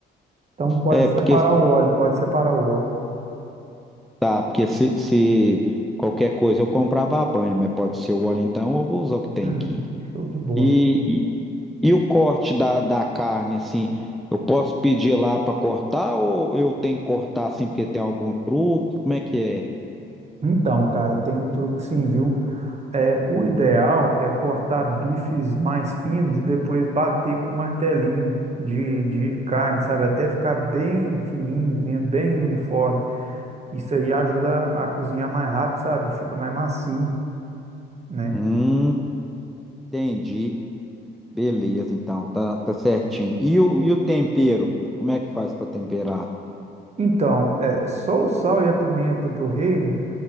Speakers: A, on the right (about 35°); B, in the centre.
A: Então pode
B: É, porque
A: separar o óleo, pode separar o óleo.
B: Tá, porque se, se qualquer coisa eu comprava a banha, mas pode ser o óleo então, eu vou usar o que tem
A: Uhum,
B: aqui.
A: show de bola.
B: E, e, e o corte da, da carne, assim, eu posso pedir lá para cortar ou eu tenho que cortar assim porque tem algum truque? Como é que é?
A: Então, cara, tem um truque sim, viu? É, o ideal é cortar bifes mais finos e depois bater com martelinho de, de carne, sabe? Até ficar bem fininhos mesmo, bem uniforme. Isso aí ajuda a cozinhar mais rápido, sabe? Fica mais macio, né?
B: Hum, entendi. Beleza, então, tá, tá certinho. E o, e o tempero? Como é que faz para temperar?
A: Então, é, só o sal e a pimenta do reino